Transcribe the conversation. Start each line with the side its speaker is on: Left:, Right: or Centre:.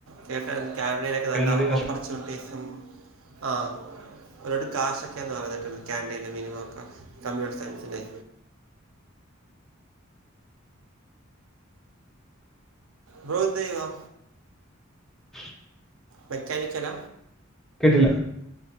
Right: കേട്ടാരുന്നു കാനഡേലൊക്കെ നല്ല
Centre: കാനഡ ഓസ്ട്രേ-
Right: ഓപ്പർച്യണിറ്റീസും ആ ഒരുപാട് കാശൊ <unintelligible> കാനഡയിൽ മിനിമം കമ്പ്യൂട്ടർ സയൻസിനേ ബ്രോ എന്ത് ചെയ്യുവാ
Centre: <inaudible>
Right: മെക്കാനിക്കലാ
Centre: കേട്ടില്ല